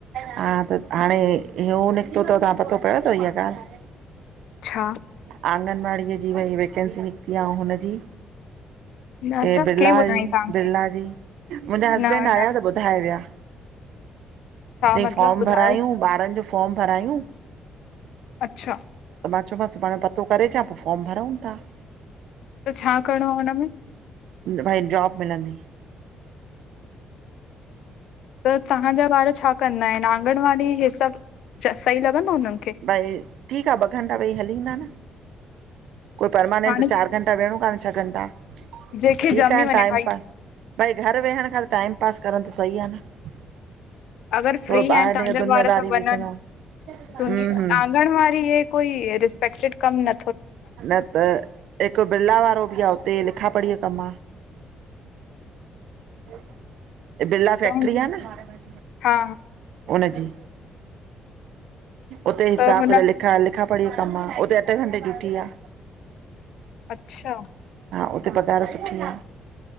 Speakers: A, on the right (about 80°); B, on the left (about 75°).
A: हा त हाणे इ हो निकितो तव तव्हां पतो पियो अथव इहा ॻाल्हि?
B: छा?
A: आंगनवाड़ीअ जी भाई वेकैन्सी निकिती आ अऊ हुनजी
B: न
A: हे
B: त
A: बिरला
B: कंहिं ॿुधाई
A: इ
B: तव्हांखे?
A: बिरला जी, मुंहिंजा हसबैंड
B: न
A: आया
B: न
A: त ॿुधाए विया।
B: छा
A: चई
B: मतिलबु
A: फॉर्म
B: ॿुधायो
A: भरायूं ॿारनि जो फॉर्म भरायूं
B: अच्छा
A: त मां चयोमास सुभाणे पतो करे अचां पो फॉर्म भरंऊ था।
B: त छा करिणो आ हुन में?
A: भई जॉब मिलंदी।
B: त तव्हांजा ॿार छा कंदा आहिनि, आंगनवाड़ी इहे सभु सही लॻंदो उन्हनि खे?
A: भई ठीक आ ॿ घंटा वेही हली इंदा न। कोई परमानेंट
B: हाणे
A: त चारि घंटा वेहणो काने छह घंटा
B: जंहिंखे
A: ठीकु
B: ॼमी
A: आहे
B: वञे
A: टाइम
B: भई
A: पास। भई घरु वेहण खां त टाइम पास करणु त सही आ न।
B: अगरि फ्री
A: थोरो
B: आहिनि
A: ॿाहिरि
B: तव्हांजा
A: निकरी दुनियादारी
B: ॿार त वञनि।
A: बि ॾिसंदा हम्म हम्म
B: आंगनवारी हे कोई रिसपेक्टेड कम न
A: न त हिकु बिरला वारो बि आ उते लिखा पढ़ीअ कमु आ। <unintelligible> बिरला फैक्ट्री
B: त हुन
A: आ न,
B: हा
A: हुनजी। उते हिसाब
B: त हुन
A: लिखा, लिखा पढ़ी कम आ उते अठे घंटे ड्यूटी आ।
B: अच्छा
A: हा उते पघार सुठी आ।